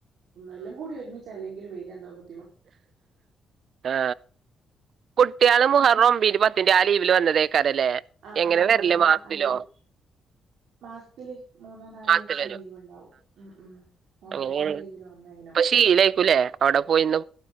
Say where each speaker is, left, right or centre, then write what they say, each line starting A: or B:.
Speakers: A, on the right; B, on the right.
A: എല്ലാം കൂടി ഒരുമിച്ചാ അല്ലെങ്കിലും വരിയാ എന്തോ ബു
B: ആ കുട്ടിയള് മുഹർറം ഒബിന് പ ത്തിന്റെ ആ ലീവില് വന്നതേക്കാരല്ലേ
A: ആഹ്
B: എങ്ങനെ
A: ആഹ്
B: വരല് മാസത്തിലോ
A: ആ ലീവ് മാസത്തില് മൂന്നോ നാലോ
B: മാസത്തില്
A: ദിവസം
B: വരും
A: ലീവുണ്ടാവും ഉം ഉം മുഹറത്തിന്റെ
B: അങ്ങനെ
A: ലീവില് വന്നേനു
B: പ്പൊ ശീലായിക്കൂലേ അവിടെ പോയീന്ന്